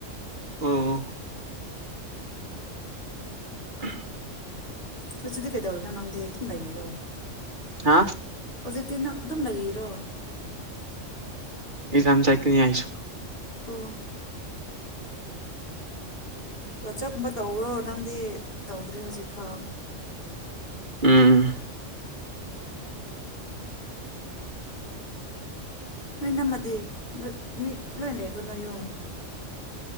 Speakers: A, on the right; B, on the left.
A: ꯑꯣ ꯑꯍꯝ
B: ꯍꯧꯖꯤꯛꯇꯤ ꯀꯩꯗꯧꯔꯤꯅꯣ ꯅꯪꯗꯤ ꯑꯗꯨꯝ ꯂꯩꯔꯤꯔꯣ
A: ꯍꯥ
B: ꯍꯧꯖꯤꯛꯇꯤ ꯅꯪ ꯑꯗꯨꯝ ꯂꯩꯔꯤꯔꯣ
A: ꯑꯦꯛꯖꯥꯝ ꯆꯠꯛꯅꯤ ꯑꯩꯁꯨ
B: ꯑꯣ ꯋꯥꯆꯦꯞ ꯒꯨꯝꯕ ꯇꯧꯔꯣ ꯅꯪꯗꯤ ꯇꯧꯗ꯭ꯔꯦ ꯍꯧꯖꯤꯛꯐꯥꯎ
A: ꯎꯝ
B: ꯅꯣꯏ ꯏꯅꯝꯃꯗꯤ ꯅꯣꯏ ꯃꯤ ꯂꯣꯏꯅ ꯂꯩꯕ꯭ꯔꯣ ꯅꯣꯏ ꯌꯨꯝ